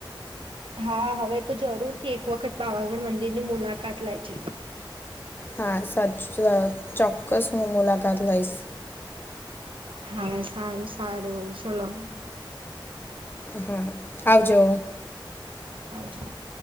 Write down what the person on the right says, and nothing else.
હા હવે તો જરૂરથી એક વખત પાવાગઢ મંદિર ની મુલાકાત લેજે
હા સારું સારું ચલો
<unintelligible>